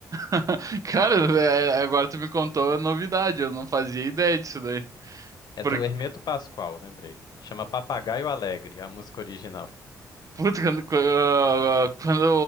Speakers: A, on the right (about 45°); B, on the left (about 60°).
A: <laughs> Cara, é, agora tu me contou a novidade, eu não fazia ideia disso daí.
B: É
A: Porque,
B: do Hermeto Pascoal, lembrei. Chama Papagaio Alegre, a música original.
A: puta, quando, quando quando